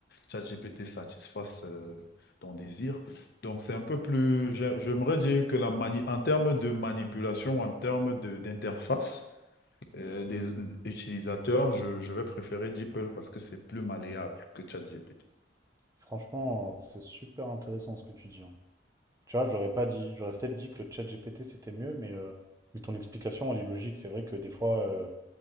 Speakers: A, on the left; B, on the right.
A: ChatGPT satisfasse euh, ton désir. Donc, c'est un peu plus, j'a- j'aimerais dire que la mani- en termes de manipulation, en termes de- d'interface euh, des utilisateurs, je, je vais préférer DeepL parce que c'est plus malléable que ChatGPT.
B: Franchement, c'est super intéressant ce que tu dis. hein. Tu vois, j'aurais pas dit, j'aurais peut-être dit que ChatGPT c'était mieux, mais, euh, mais ton explication, elle est logique. C'est vrai que des fois, euh,